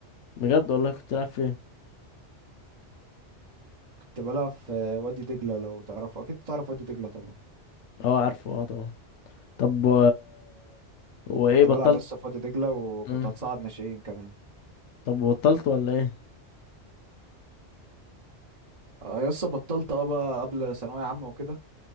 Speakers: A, on the left; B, on the right.
A: بجد والله كنت بتلعب فين
B: كنت بلعب في وادي دجله لو تعرفه اكيد تعرف وادي دجله طبعا
A: اه عارفه اه طبعا طب و... وايه
B: كنت
A: بطلت
B: بلعب لسه في وادي دجله وكنت
A: مم.
B: هتصعد ناشئين كمان
A: طب بطلت ولا ايه
B: اه لسه بطلت اه بقى قبل ثانويه عامه وكده